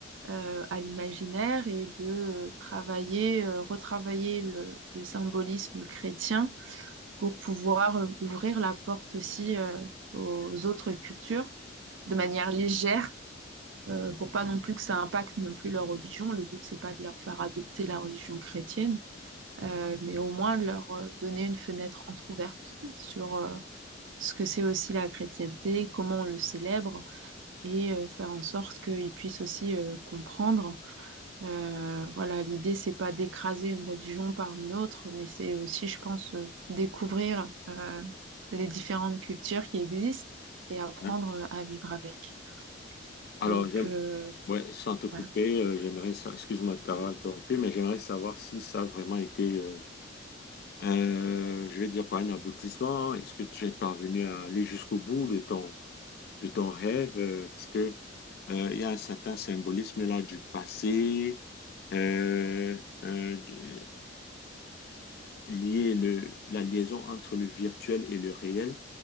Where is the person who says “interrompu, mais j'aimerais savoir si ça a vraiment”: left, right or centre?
Left